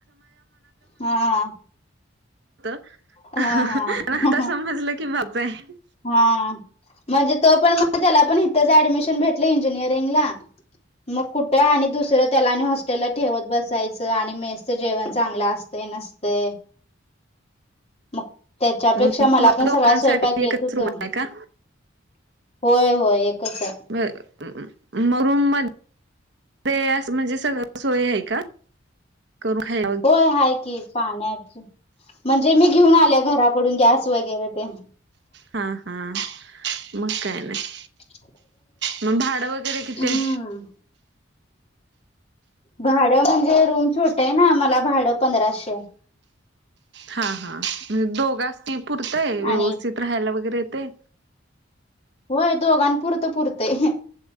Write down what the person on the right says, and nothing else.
तर
आता समजलं की बाप आहे
मग
तुम्हाला
दोघांसाठी
एकच
रूम आहे का?
म मग रूम मध्ये ते असे म्हणजे सगळं सोय आहे का? करून खा
हां हां मग काय नाही.
मग भाडं वगैरे
किती आहे?
हा हा म्हणजे दोघ अस त पुरतय व्यवस्थित
राहायला वगैरे येते